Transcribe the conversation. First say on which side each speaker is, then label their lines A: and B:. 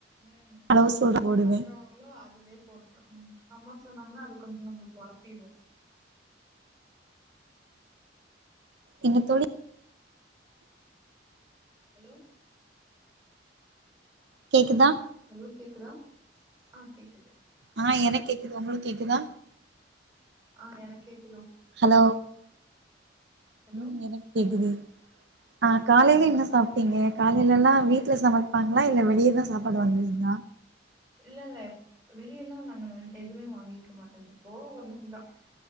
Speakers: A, on the right; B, on the right.
A: உம்
B: அளவு சொல்ற போடுவே
A: பண்றவங்களோ அதுவே போட்டுறோம் உம் அம்மா சொன்னாங்கன்னா அது கொஞ்சம் நம்மளுக்கு பழக்கிரும்
B: என்னத்தோழி
A: ஹலோ
B: கேக்குதா
A: ஹலோ கேக்குதா ஆஹ் கேக்குது
B: ஆஹ் எனக் கேக்குது உங்களுக்கு கேக்குதா
A: ஆஹ் எனக் கேக்
B: ஹலோ
A: ஹலோ
B: உம் எனக்கு கேக்குது ஆஹ் காலையில
A: ஆ கேக்குதா
B: என்ன சாப்பிடீங்க
A: ஓகே ஓகே
B: காலையில எல்லா வீட்ல சம பப்பாங்களா இல்ல வெளியதா சாப்பாடு வாங்குவீங்களா
A: இல்ல இல்ல வெளிய எல்லா நாங்க எதுவுமே வாங்கிக்க மாட்டாங்க எப்போ ஒரு நாள்